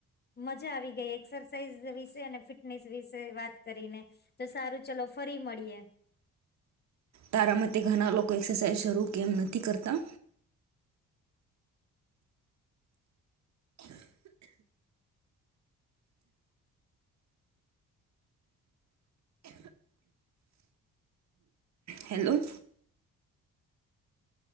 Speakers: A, on the left; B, on the right.
A: મજા આવી ગઈ એક્સરસાઇઝ વિશે અને ફિટનેસ વિશે વાત કરીને. તો સારું ચલો ફરી મળીએે.
B: તારા માટે ઘણા લોકો એક્સરસાઇઝ શરૂ કેમ નથી કરતા? હેલો.